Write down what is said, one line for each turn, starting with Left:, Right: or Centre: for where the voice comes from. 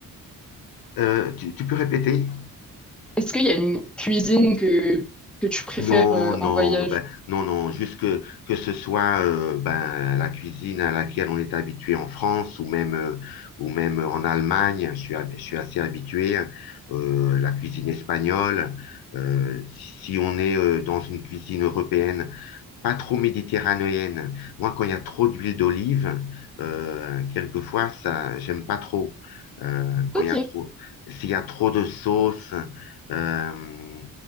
Left: Euh, tu, tu peux répéter?
Centre: Est-ce qu'il y a une cuisine que, que tu préfères
Left: Non,
Centre: euh,
Left: non,
Centre: en voyage?
Left: ben, non, non, juste que, que ce soit euh, ben, la cuisine à laquelle on est habitué en France ou même, euh, ou même en Allemagne, je suis, hab- je suis assez habitué, euh, la cuisine espagnole, euh, si on est euh, dans une cuisine européenne pas trop méditerranéenne. Moi, quand il y a trop d'huile d'olive, euh, quelquefois, ça, j'aime pas trop. Euh, quand
Centre: Ok.
Left: il y a trop, s'il y a trop de sauce, euh,